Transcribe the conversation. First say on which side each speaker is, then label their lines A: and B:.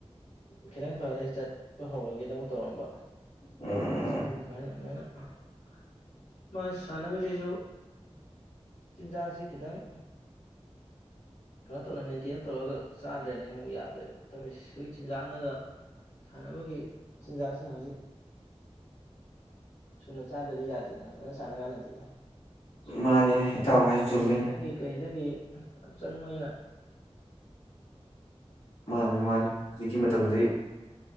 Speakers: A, on the left (about 85°); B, on the left (about 55°).
A: ꯈꯤꯇꯪ ꯐꯔꯥꯗꯤ ꯆꯠꯄ ꯍꯧꯔꯒꯦ ꯗꯃꯛ ꯇꯧꯔꯝꯕ
B: ꯎꯝ
A: ꯍꯌꯦꯪ ꯎꯟꯠꯆꯤꯠꯇꯒꯤ ꯁꯨꯃꯥꯏꯅ <unintelligible> ꯃꯥꯥꯏ ꯁꯅꯕꯩ ꯍꯧꯖꯤꯁꯨ ꯆꯤꯟꯖꯥꯛꯁꯤ ꯈꯤꯇꯪ ꯀꯩꯅꯣ ꯇꯧꯅ ꯃꯦꯟꯇꯦꯟ ꯇꯧꯔꯒ ꯆꯥꯗ꯭ꯔꯗꯤ ꯑꯃꯨꯛ ꯌꯥꯗꯦꯕ ꯇꯧꯔꯤꯁ‌ꯦ ꯆꯤꯟꯖꯥꯛꯅꯒ ꯁꯥꯟꯅꯕꯒꯤ ꯆꯤꯟꯖꯥꯛꯁꯤꯅ ꯍꯧꯖꯤꯛ ꯁꯨꯅ ꯆꯥꯗ꯭ꯔꯗꯤ ꯌꯥꯗꯦꯗꯅ ꯐꯖꯅ ꯁꯥꯟꯅ ꯀꯥꯟꯗꯗꯤ
B: ꯃꯥꯅꯤꯅꯦ
A: ꯑꯗꯨꯅ
B: ꯏꯇꯥꯎ ꯍꯥꯏ
A: ꯄꯔꯣꯇꯤꯟꯗꯒꯤ
B: ꯆꯨꯝꯃꯤꯅꯦ
A: ꯀꯩꯗꯒꯤ ꯌꯥꯝ ꯆꯪꯕꯅꯤꯅꯥ
B: ꯃꯥꯒꯤ ꯃꯥꯒꯤ ꯍꯧꯖꯤꯀꯤ ꯃꯇꯝꯗꯤ